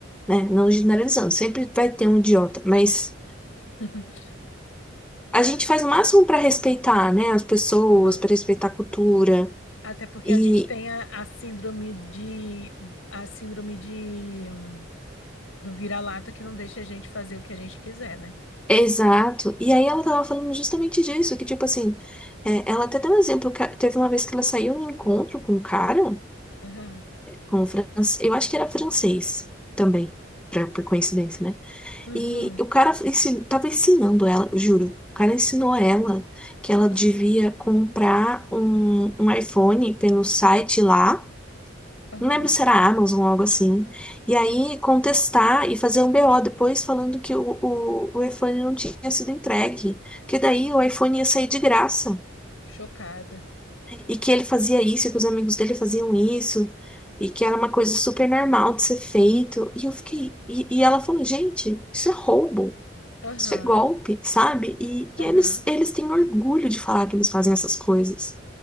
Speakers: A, in the centre; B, on the left (about 85°).
A: né? Não generalizando, sempre vai ter um idiota, mas.
B: <laughs>
A: a gente faz o máximo para respeitar, né, as pessoas,
B: Aham.
A: para respeitar a cultura.
B: Até porque
A: E
B: a gente tem a, a síndrome de a síndrome de hum, do vira-lata que não deixa a gente fazer o que a gente quiser, né?
A: é exato. E aí ela tava falando justamente disso, que tipo assim, é, ela até deu um exemplo, que a- teve uma vez que ela saiu num encontro com um cara,
B: Aham.
A: com um francês, eu acho que era francês também, pra, por coincidência, né?
B: Uhum.
A: E o cara ensin, tava ensinando ela, eu juro. O cara ensinou ela que ela devia
B: Ah,
A: comprar um, um iPhone pelo site lá.
B: Aham.
A: Não lembro se era Amazon ou algo assim. E aí contestar e fazer um BO depois falando que o, o, o iPhone não tinha sido entregue. Que daí o iPhone ia sair de graça.
B: Chocada.
A: E que ele fazia isso, e que os amigos dele faziam isso. E que era uma coisa super normal de ser feito. E eu fiquei. E, e ela falou, gente, isso é roubo.
B: Aham.
A: Isso é golpe, sabe? E,
B: Aham.
A: e eles, eles têm orgulho de falar que eles fazem essas coisas.